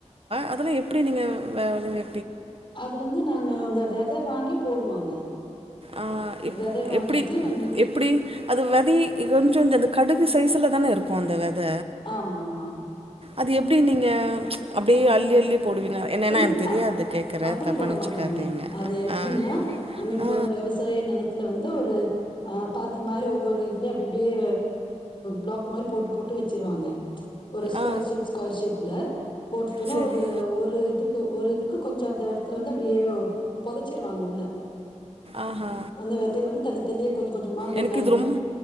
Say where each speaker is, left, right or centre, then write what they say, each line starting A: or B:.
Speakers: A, on the right; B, on the left.
A: அதெல்லா எப்டி நீங்க விளை
B: அது வந்து நாங்க அந்த வித அத வாங்கி போடுவாங்க
A: ஆஹ்
B: விதை வாங்கிட்டு
A: எப்டி
B: நம்
A: எப்டி அது வதி கொஞ்சோ அந்த கடுகு சைஸ்ல தானே இருக்கு அந்த அத
B: ஆமா ஆமா
A: அது எப்டி நீங்க அப்டி அள்ளி அள்ளி போடுவீங்க என்னன்னா
B: இல்
A: எனக்கு தெரியாது
B: அ அ
A: கேட்குற
B: அப்படி
A: தப்பாண்ணிச்சு
B: போட மாட்டாங்க
A: காத்திங்க
B: அது எப்படின்னா
A: ஆ
B: நம்ம இப்போ
A: ஆ
B: இந்த விவசாய நெலத்துல வந்து ஒரு அ பாத்தி மாரி ஒவ்வொரு இதுல அப்டி அப்டியே பிளாக் மாரி போட்டு போட்டு வச்சிருவாங்க ஒரு ஸ்கொயர்
A: ஆ
B: ஷேப் ஸ்கொயர் ஷேப்ல போட்டுட்டேனா
A: சரி.
B: ஒரு ஒரு ஒரு இதுக்கு கொஞ்சோஅந்த இடத்துல வந்து அப்டியே பொதச்சிருவாங்க உள்ள
A: ஆஹா
B: அந்த விதைய வந்து தள்ளி தள்ளியே கொஞ்சம் கொஞ்சமா அப்படி
A: எனக்கு
B: எல்லாத்துலயும்
A: இது ரொம்